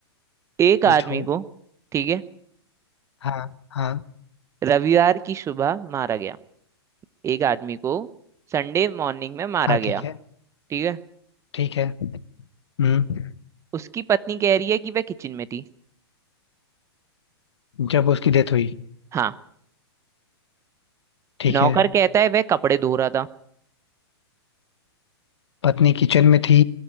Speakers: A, on the right; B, on the left.
A: एक
B: पूछो
A: आदमी को ठीक है
B: हाँ हाँ
A: रविवार की सुबह मारा गया एक आदमी को संडे मॉर्निंग में मारा
B: हाँ
A: गया
B: ठीक है
A: ठीक है
B: ठीक है हम्म
A: उसकी पत्नी कह रही है कि वह किचन में थी
B: जब उसकी डेथ हुई
A: हाँ
B: ठीक
A: नौकर
B: है
A: कहता है वह कपड़े धो रहा था
B: पत्नी किचन में थी